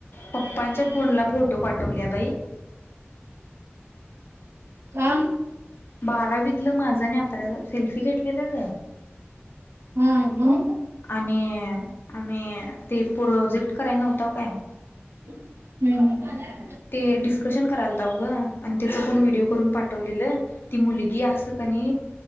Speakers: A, on the left; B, on the right.
A: पप्पांच्या फोनला फोटो पाठवल्या बाई
B: का!
A: बारावीतलं माझं नाही आत्र सेल्फी घेतलेलं
B: हा न
A: आणि आम्ही ते प्रोजेक्ट कराय नव्हतव काय
B: हम् ह
A: ते डिस्कशन करायल तावग आणि त्याच कोण व्हिडिओ करून पाठवलेलं ती मुलगी अस कनी